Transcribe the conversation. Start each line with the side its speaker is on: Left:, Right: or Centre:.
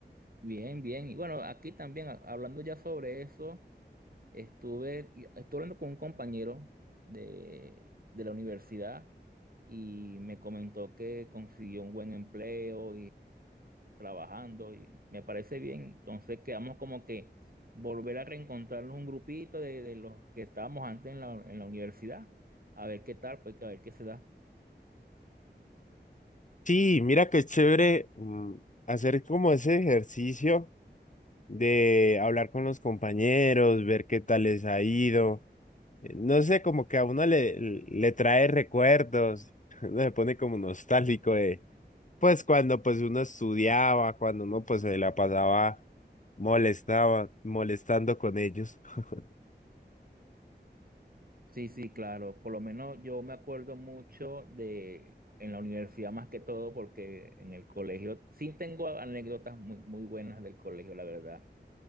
Right: Bien, bien. Y bueno, aquí también, a- hablando ya sobre eso, estuve, y- estuve hablando con un compañero de, de la universidad y me comentó que consiguió un buen empleo y trabajando y me parece bien. Entonces quedamos como que volver a reencontrarnos un grupito de, de los que estábamos antes en la, en la universidad, a ver qué tal, pues a ver qué se da.
Left: Sí, mira que es chévere mm, hacer como ese ejercicio de hablar con los compañeros, ver qué tal les ha ido. Eh, No sé, como que a uno le, le trae recuerdos, <laughs> uno se pone como nostálgico de, pues cuando pues uno estudiaba, cuando uno pues se la pasaba molestaba, molestando con ellos. <laughs>
Right: Sí, sí, claro. Por lo menos yo me acuerdo mucho de en la universidad más que todo, porque en el colegio sí tengo anécdotas muy, muy buenas del colegio, la verdad.